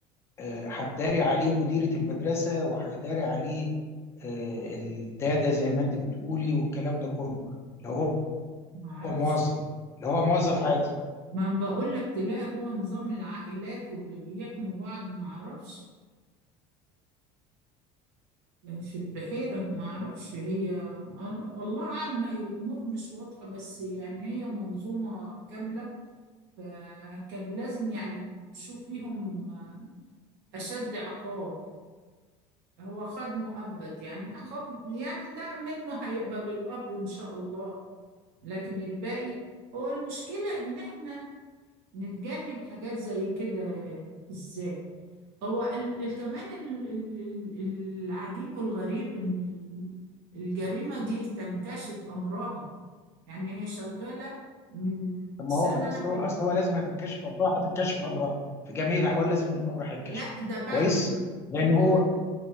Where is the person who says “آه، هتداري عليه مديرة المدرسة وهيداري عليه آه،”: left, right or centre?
Left